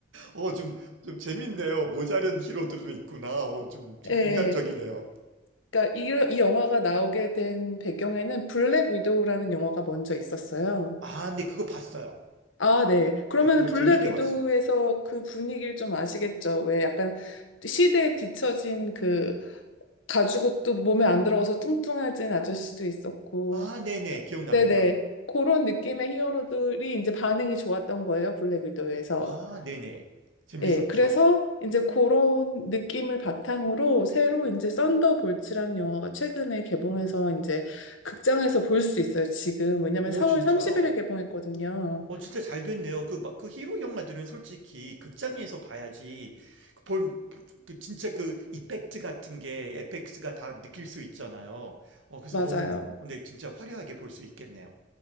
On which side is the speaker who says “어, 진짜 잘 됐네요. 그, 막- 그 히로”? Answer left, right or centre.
Right